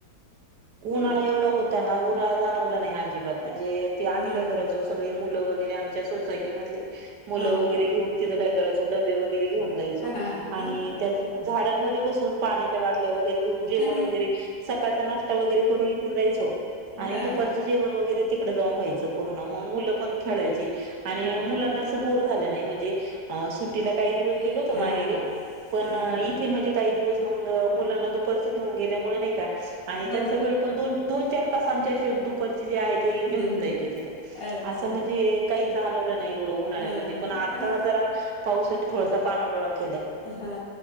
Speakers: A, on the left (about 85°); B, on the right (about 80°).
A: बोला
B: उन्हानं एवढं होत होता ना उन्हाळा जाणवला नाही अजिबात म्हणजे, ते आम्ही
A: हां
B: काय करायचो सगळे मुलं वगैरे आमच्या सोसायटी मधली मुलं
A: हां
B: वगैरे घेवून, तिथं काय करायचो डबे वगैरे घेऊन जायचो
A: हां हां
B: आणि
A: मग काय
B: त्या झाडांमध्ये बसून पाण्याच्या बाटल्यावर वगैरे घेऊन जेवण
A: हां
B: वगैरे सकाळचा नाश्ता वगैरे करून इथून जायचो. आणि
A: हां
B: दुपारचं जेवण वगैरे तिकड जाऊन व्हायचं पूर्ण मग मुलं पण खेळायची आणि
A: अरे
B: मु लाना
A: वा
B: बोर झा नाही म्हणजे सुटीला
A: हां
B: काही दिवस गेलो होत
A: हां
B: माहेरी पण
A: हां
B: इथे म्हणजे काही दिवस दुप घेऊ गेल्या का त्यां
A: हो.
B: वे पण च आमच्या दुपरचे जे आहे ते
A: हो
B: निघून जायचे
A: ना.
B: तिथं
A: अच्छा
B: असं म्हणजे काही जाणवलं नाही एवढं दोनळ्यामध्ये
A: हो ना
B: पण आता
A: हा
B: जरा पावसानी थोडासा कानाडोळा केलाय
A: हा